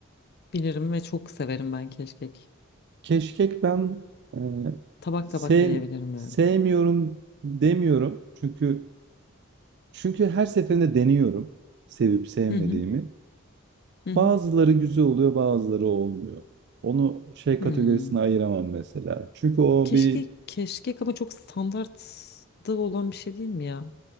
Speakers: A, on the left; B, on the right.
A: bilirim ve çok severim ben keşkek.
B: Keşkek ben e,
A: Tabak
B: sev,
A: tabak yiyebilirim
B: sevmiyorum
A: yani.
B: demiyorum. Çünkü çünkü her seferinde deniyorum sevip sevmediğimi.
A: Hı hı. Hı hı.
B: Bazıları güzel oluyor, bazıları olmuyor. Onu şey kategorisine
A: Hmm.
B: ayıramam mesela. Çünkü o
A: Keşke
B: bir
A: keşkek ama çok standartta olan bir şey değil mi ya?